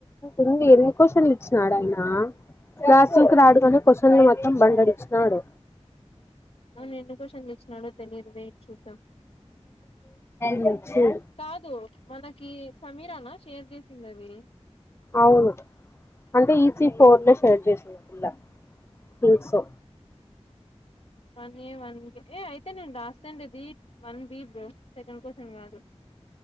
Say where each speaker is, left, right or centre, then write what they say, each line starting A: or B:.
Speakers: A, on the left; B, on the left.
A: ఎన్ని ఎన్ని క్యూషన్లు స్టార్టఅయిందా? క్లాస్రూంకి రాడు గని, క్వశ్చన్లు మొత్తం బండెడిచ్చినాడు.
B: అవును ఎన్ని క్యూషన్లు ఇచ్చినాడో? తెలీదు, వెయిట్ చూద్దాం.
A: మొఖం
B: కాదు, మనకి సమీరానా షేర్ చేస్ తిన్నది.
A: అవును, అంటే ఈసీ <unintelligible> షేర్ చేస్తదాపిల్ల. ఉమ్ so
B: one A, one B. A అయిపోయింది, రాస్తాంది B one bro, second question కాదు.